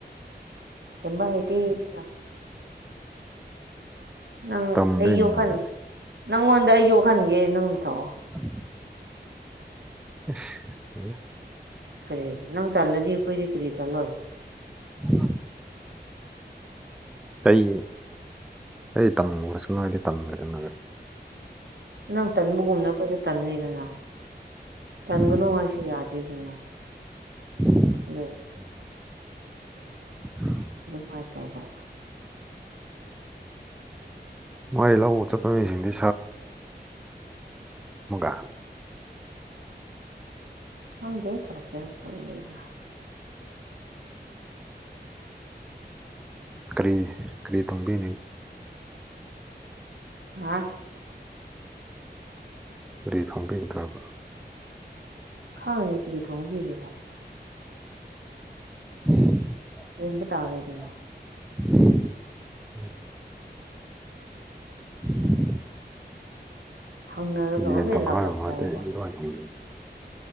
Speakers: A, on the right; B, in the centre.
A: ꯊꯦꯝꯕ ꯍꯥꯏꯗꯤꯅ ꯅꯪ
B: ꯇꯝꯗꯣꯏꯅꯤꯗ
A: ꯑꯩ ꯌꯣꯛꯍꯟꯒꯦ ꯅꯪꯉꯣꯟꯗ ꯑꯩ ꯌꯣꯛꯍꯟꯒꯦ ꯅꯪꯅ ꯊꯧꯑꯣ
B: ꯎꯝ <unintelligible>
A: ꯀꯔꯤ ꯅꯪ ꯇꯜꯂꯗꯤ ꯑꯩꯈꯣꯏꯗꯤ ꯀꯔꯤ ꯇꯜꯂꯣꯏ
B: ꯎꯝ ꯆꯍꯤ ꯀ ꯇꯝꯈ꯭ꯔꯁꯨ ꯅꯣꯏꯗꯤ ꯇꯝꯈ꯭ꯔꯦꯗ ꯅꯅꯕ
A: ꯅꯪ ꯇꯟꯕꯒꯨꯝꯅ ꯑꯩꯈ‌ꯣꯏꯁꯨ ꯇꯟꯂꯤꯗꯅ ꯇꯟꯒꯅꯨ
B: ꯎꯝ
A: ꯍꯥꯏꯁꯨ ꯌꯥꯗꯦꯗꯅ꯫
B: <inaudible>
A: ꯎꯝ
B: <inaudible> <inaudible>
A: ꯑꯗꯨꯃꯥꯏꯅ ꯇꯧꯕ
B: ꯃꯣꯏ ꯂꯧꯕ ꯆꯠꯄ ꯃꯤꯁꯤꯡꯗꯤ <unintelligible>
A: ꯈꯪꯗꯦ ꯐꯔꯛꯀꯦꯔ ꯐꯔꯛꯑꫭꯏꯔ
B: ꯀꯔꯤ ꯀꯔꯤ ꯇꯨꯡꯒꯤꯅꯤ
A: ꯍꯥ
B: ꯐꯔꯤ ꯊ ꯍꯣꯡꯒꯦ ꯀꯊꯕ
A: ꯈꯥꯉ ꯀꯔꯤ ꯊꯣꯡꯕꯤ ꯔꯁ
B: <inaudible>
A: ꯌ‌ꯦꯡꯕ ꯇꯥꯔꯦꯗꯅ꯫
B: <inaudible> <inaudible>
A: ꯍꯪꯅꯔꯒ
B: ꯌꯦꯟ
A: ꯍꯣꯔꯦꯟ
B: ꯇꯪꯈꯥꯏꯔꯕ
A: ꯂꯥꯛꯂꯝꯗꯥꯏꯗ
B: ꯉꯇꯦꯇꯃꯥꯏꯅ ꯇꯧꯕꯤꯌꯨ